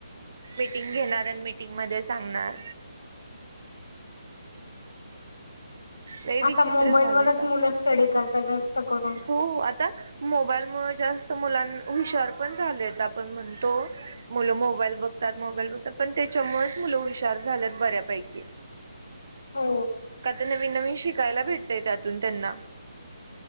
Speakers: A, on the right (about 60°); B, on the left (about 80°).
A: मिटिंग घेणार आणि मीटिंग म सांगणार नाही विचित्र
B: आता मोबाईलवरच
A: झालं
B: मुलं स्टडी करतात जास्त करून
A: हो आता मोबाईल म जास्त मुलां हुशार पण झाले आपण म्हणतो मुलं मोबाईल बघतात मोबाईल बघतात. पण त्याच्यामुळेच मुलं हुशार झाल्यात बऱ्यापैकी
B: हो
A: का तर नवीन नवीन शिकायला भेटतय त्यातून त्यांना